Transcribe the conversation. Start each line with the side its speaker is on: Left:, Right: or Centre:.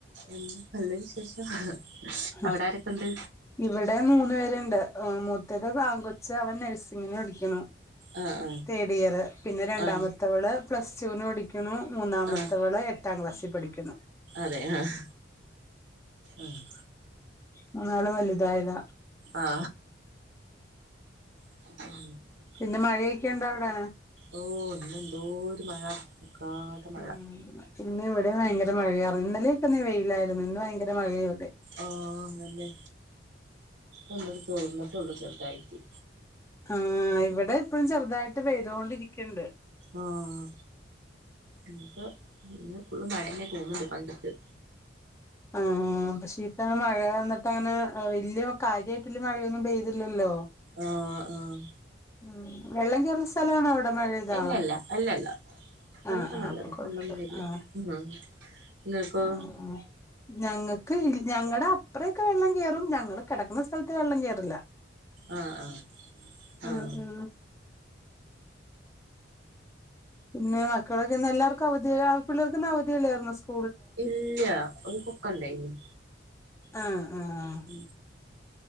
Right: എന്താ നല്ല വിശേഷം
Left: ഹും
Right: അവിടെ ആരൊക്കെണ്ട്
Left: ഇവിടെ മൂന്നു പേരുണ്ട് മൂത്തത് ആൺകു ച്ച അവൻ നഴ്സിങ്ങിനു പടിക്ക്ണു
Right: ആ ആ
Left: തേഡിയറ് പിന്നെ രണ്ടാമ
Right: ആ
Left: ത്തവള് പ്ലസ്ടുന് പഠിക്ക്ണു മൂന്നാമത്തെവള്
Right: ആ
Left: എട്ടാം ക്ലാസ്സിൽ പഠിക്ക്ണു
Right: അതെ ആഹ് ആഹ്
Left: മൂന്നാളും വല്തായത
Right: ആ <inaudible>
Left: പിന്നെ മഴയൊക്കെണ്ടവിടെ?
Right: ഓ ഇന്ന് എന്തോരു മഴ നിക്കാതെ മഴ
Left: ആഹ് ഇന്ന് ഇവിടെ ഭയങ്കര മഴയ ഇന്നലെയൊക്കെന്ന വെയിലായിരുന്നു ഇന്ന് ഭയങ്കര മഴയ ഇവിടെ
Right: ആഹ് അതന്നെ ഒന്ന്ട്ട് തോർന്ന്ട്ടൊള്ളു ചെറുതായിട്ട്
Left: ആഹ് ഇവിടെ ഇപ്പഴും ചെറുതായിട്ട് പെയ്തൊണ്ടിരിക്ക്ണ്ട്
Right: ആഹ് ഇന്ന് ഇന്ന് ഫുള്ള് മഴന്നെ തോന്നുന്ന്ണ്ട് കണ്ടിട്ട്
Left: ആഹ് ആഹ് പക്ഷേ ഇത്തവണ മഴ എന്നിട്ട് അങ്ങനെ വല്യ കാര്യയിട്ട്ല്ലേ മഴയൊന്നും പെയ്തില്ലല്ലോ
Right: ആഹ് ആഹ്
Left: ഉം വെള്ളം കേറിയ സ്ഥല ആണോ അവിടെ മഴയതാ
Right: ഇല്ലല്ല അല്ലല്ല കാലൊക്കെ
Left: ആഹ്
Right: നല്ലതാ
Left: അപ്പൊ കൊഴപ്പ
Right: വെള്ളൊന്നും വരില്ല
Left: ആഹ്
Right: ഉം നിങ്ങക്കോ
Left: ആഹ് ഞങ്ങക്ക് ഞങ്ങടെ അപ്പ്രൊക്കെ വെള്ളം കേറും ഞങ്ങള് കെടക്കുന്ന സ്ഥലത്ത് വെള്ളം കേറില്ല
Right: ആഹ് ആഹ് ആഹ്
Left: ഉം ഉം പിന്നെ മക്കള്ക്ക്ന്ന് എല്ലാർക്കും അവധി ആ പിള്ളേർക്ക്ന്ന് അവധിഅല്ലായിരുന്നൊ സ്കു
Right: ഇല്ല്യ ഓൾക്കൊക്കെ ഇന്ടെയെന്നു
Left: ആഹ് ആഹ് ആഹ്
Right: <unintelligible>